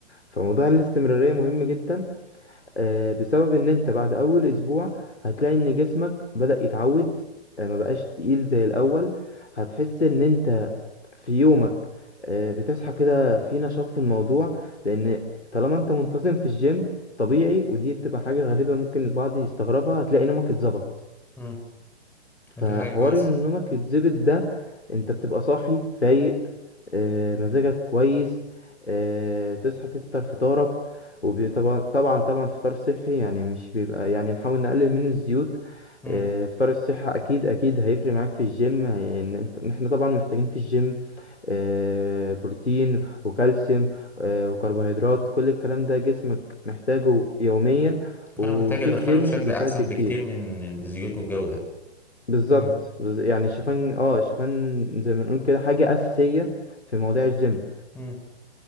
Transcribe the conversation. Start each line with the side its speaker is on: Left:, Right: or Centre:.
Left: فموضوع الاستمرارية مهم جدا آه، بسبب ان انت بعد اول اسبوع هتلاقي ان جسمك بدأ يتعود آه، ما بقاش تقيل زي الاول هتحس ان انت في يومك آه، بتصحى كده في نشاط في الموضوع لان طالما انت منتظم في الجيم طبيعي ودي بتبقى حاجة غريبة ممكن البعض يستغربها هتلاقي نومك اتظبط
Centre: مم. ودي
Left: فحوار
Centre: حاجة كويسة
Left: ان نومك يتظبط ده انت بتبقى صاحي فايق آه، مزاجك كويس آه، تصحى تفطر فطارك وطبعا طبعا طبعا فطار صحي يعني مش بيبقى يعني نحاول نقلل من الزيوت
Centre: مم.
Left: آه، فطار الصحة أكيد أكيد هيفرق معاك في الجيم هي- إن أنت إن إحنا طبعا محتاجين في الجيم آه، بروتين وكالسيوم آه، وكربوهيدرات كل الكلام ده جسمك محتاجه يوميا وفي
Centre: فأنا محتاج أدخله
Left: الجيم
Centre: في شكل
Left: بيساعد
Centre: أحسن
Left: بكتير
Centre: بكتير من الزيوت والجو ده
Left: بالظبط
Centre: مم.
Left: بز- يعني الشوفان اه الشوفان زي ما نقول كده حاجة أساسية في مواضيع الجيم
Centre: مم.